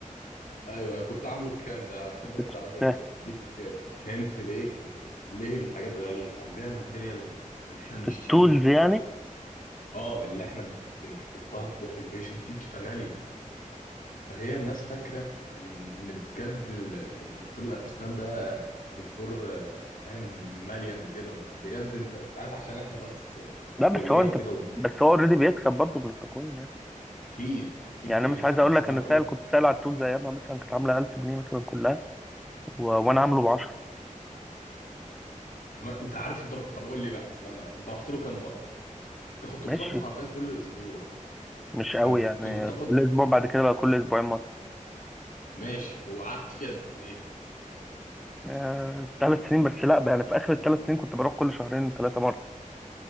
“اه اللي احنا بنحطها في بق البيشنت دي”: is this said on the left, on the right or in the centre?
Left